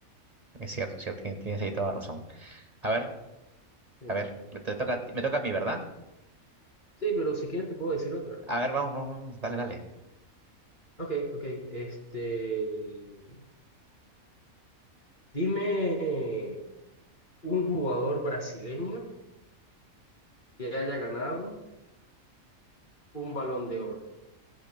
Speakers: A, on the right; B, on the left.
A: Es cierto, es cierto, tien- tienes ahí toda razón. A ver,
B: Sí,
A: a ver, me te toca, a ti- me toca a mí, ¿verdad?
B: Sí, pero si quieres te puedo decir otra.
A: A ver, vamos, vamos, vamos, dale,
B: Ok, ok, este, dime un jugador brasileño que haya ganado un Balón de Oro.